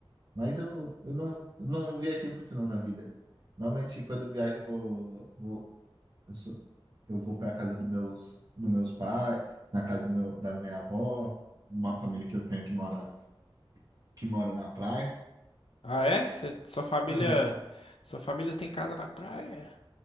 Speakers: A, on the right (about 45°); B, on the left (about 80°).
A: Mas eu, eu não, eu não viajei muito não na vida. Normalmente quando eu viajo eu vou, vou eu sou, eu vou para casa dos meus dos meus pais, na casa do meu, da minha avó, uma família que eu tenho que mora que mora na praia.
B: Ah, é? Cê- sua família,
A: Aham.
B: sua família tem casa na praia?